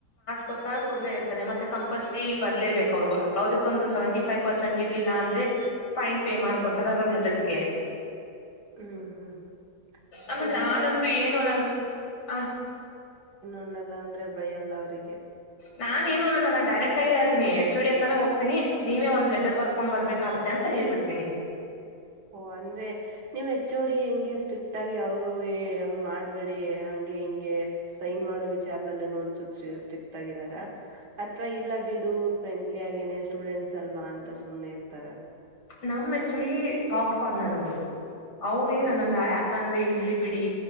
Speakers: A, on the left; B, on the right.
A: ಕೋಸ್ಕರ ಸುಮ್ನೆ ಇರ್ತಾರೆ ಮತ್ತೆ ಕಂಪ್ಯೂಲ್ಸರಿ ಬರ್ಲೇಬೇಕು ಅವ್ರು ಅದಕ್ಕೊಂದು ಸೇವೆಂಟಿ ಫೈವ್ ಪರ್ಸೆಂಟ್ ಇರ್ಲಿಲ್ಲ ಅಂದ್ರೆ ಫೈನ್ ಪೇ
B: ಹ್ಮ್
A: ಮಾಡ್ಕೊಂತಾರ ಅದೊಂದು ಹೆದರಿಕೆ
B: ಹ್ಮ್ ಹ್ಮ್ ಹ್ಮ್
A: ಆಮೇಲ್
B: ಇವಾಗ
A: ನಾನಂತೂ ಏನು ಅನಲ್ಲ ಆ
B: ನ್ನಲ್ಲ ಅಂದ್ರೆ ಭಯ ಅಲ್ಲ ಅವ್ರರಿಗೆ
A: ನಾನ್ ಏನು ಅನ್ನಲ ನಾನ್ ಡೈರೆಕ್ಟ್ಗ ಹೇಳ್ತಿನಿ ಎಚ್ ಒ ಡಿ ಹತ್ತಾನ ಹೋಗ್ತೀನಿ ನೀವೆ ಒಂದ್ ಲೆಟರ್ ಬರ್ಕೊಬರರ್ಬೆಕಾಗುತ್ತೆ ಅಂತ ಹೇಳ್ ಹೇಳ್ಬಿಡ್ತೀನಿ
B: ಓ ಅಂದ್ರೆ ನಿಮ್ ಹೆಚ್ ಒ ಡಿ ಹೆಂಗೆ ಸ್ಟ್ರಿಕ್ಟ್ ಆಗಿ ಅವ್ರ್ ಏ ಹಂಗ್ ಮಾಡ್ಬೇಡಿ ಹಂಗೆ ಹಿಂಗೆ ಸೈನ್ ಮಾಡೋ ವಿಚಾರದದಲ್ಲೆನು ಒಂದಸೂಚ್ ಸ್ಟ್ರಿಕ್ಟ್ ಆಗಿ ಇದರ ಅಥವಾ ಇಲ್ಲ ಬಿಡು ಫ್ರೆಂಡ್ಲಿ ಆಗೇನೆ ಸ್ಟೂಡೆಂಟ್ಸ್ ಅಲ್ವಾ ಅಂತ ಸುಮ್ಮ್ನೆ ಇರ್ತಾರ
A: ನಮ್ H O D soft corner ಅವರು ಅವ್ರ ಏನ್
B: ಹಾ
A: ಅನ್ನಲ್ಲ ಯಾಕಂದ್ರೆ ಇಲ್ಲಿ ಬಿಡಿ